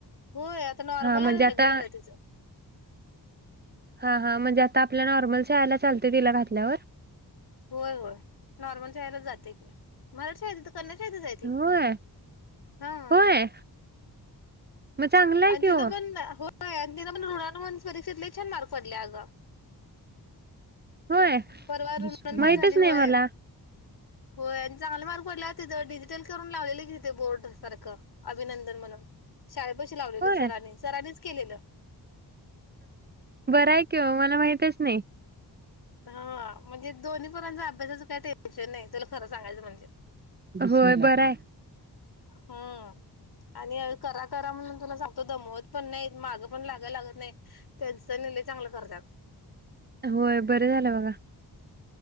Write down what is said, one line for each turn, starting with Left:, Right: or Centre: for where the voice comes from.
Left: होय आता नॉर्मल
Right: हा म्हणजे
Left: आहे
Right: आता
Left: रेग्युलर आहे तिचं
Right: हा हा म्हणजे आता आपल्या नॉर्मल शहायला चालते तिला घातल्यावर
Left: होय होय नॉर्मल शायला जाते कि मराठी शाळेेत सन्याशळथ जायथ
Right: होय
Left: हा
Right: होय मग चांगला आहे
Left: आणि
Right: कि
Left: तिनं
Right: ओ
Left: पण होय आणि तिनं पण ऋवन परीक्षेतले छान मार्क पडले अगं
Right: होय
Left: परवा रुनमण
Right: माहितच
Left: झाली
Right: नाही
Left: होय.
Right: मला
Left: होय आणि चांगले मार्क पडला होते तर डिजिटल करून लावलेले तिथे बोर्ड सारखं अभिनंदन म्हणून शाळेपशी लावलेले
Right: होय
Left: सराांनी सराांनीच केलेलं.
Right: बरं आहे किं मला माहितच नाही.
Left: हा म्हणजे दोन्ही पर्ांच अभ्यासाचं काही टेन्शन नाही तुला खरं सांगायचं म्हणजे
Right: होय बर आहे.
Left: हा आणि करा करा म्हणून तुला सांगतो दमवत पण नाही मागं पण लागा लागत नाही. त्यांचा निर्णय चांगला करतात.
Right: होय बरे झालं बघा